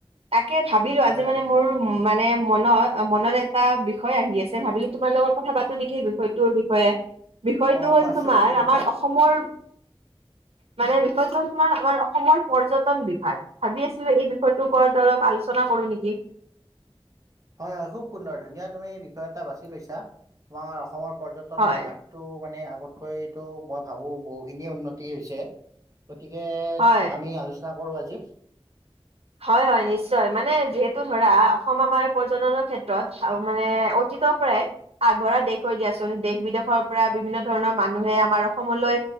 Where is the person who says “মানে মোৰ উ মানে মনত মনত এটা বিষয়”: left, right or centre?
Right